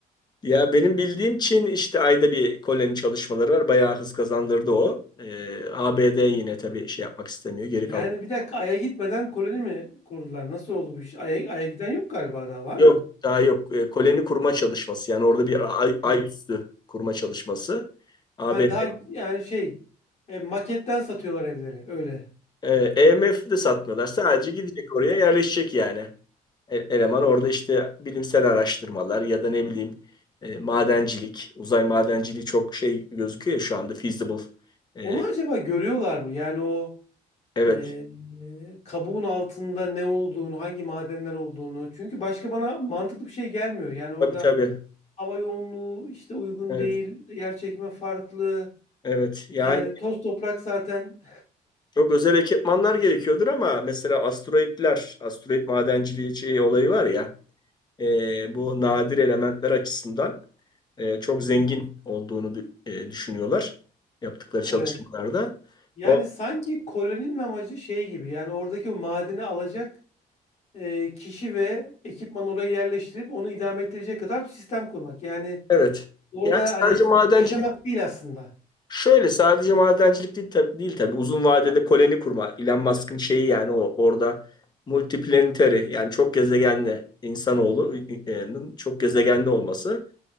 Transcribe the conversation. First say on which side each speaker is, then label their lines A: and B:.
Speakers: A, on the left; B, on the left.
A: Ya benim bildiğim Çin işte ayda bir koloni çalışmaları var. Bayağı hız kazandırdı o. E, ABD yine tabii şey yapmak istemiyor. Geri
B: Yani
A: kalmak.
B: bir dakika Ay'a gitmeden koloni mi kurdular? Nasıl oldu bu iş? Ay'a, Ay'a giden yok galiba daha var
A: Yok
B: mı?
A: daha yok. E, koloni kurma çalışması yani orada bir ay, ay
B: He.
A: üstü kurma çalışması. ABD.
B: Ha daha yani şey e, maketten satıyorlar evleri öyle.
A: E, EMF de satmıyorlar. Sadece gidecek oraya yerleşecek yani. E- eleman orada işte bilimsel araştırmalar ya da ne bileyim e, madencilik. Uzay madenciliği çok şey gözüküyor ya şu anda feasible. E,
B: Onu acaba görüyorlar mı? Yani o
A: evet.
B: e, e, kabuğun altında ne olduğunu, hangi madenler olduğunu. Çünkü başka bana mantıklı bir şey gelmiyor. Yani orada
A: Tabii tabii.
B: hava yoğunluğu işte uygun
A: Evet.
B: değil, yer çekimi farklı.
A: Evet. Yani
B: Yani toz toprak zaten
A: çok özel ekipmanlar gerekiyordur ama mesela asteroidler, asteroid madenciliği şey olayı var ya. e, bu nadir elementler açısından e, çok zengin olduğunu dü- e, düşünüyorlar yaptıkları çalışmalarda.
B: evet. Yani
A: O,
B: sanki koloninin amacı şey gibi yani oradaki o madeni alacak e, kişi ve ekipman oraya yerleştirip onu idame ettirecek kadar bir sistem kurmak. Yani
A: evet.
B: orada
A: Yani
B: hani
A: sadece madencilik
B: yaşamak değil aslında.
A: şöyle sadece madencilik değil, tab- değil tabii uzun vadede koloni kurma. Elon Musk'ın şeyi yani o orada multiplanetary yani çok gezegenli insanoğlu e, e, çok gezegenli olması.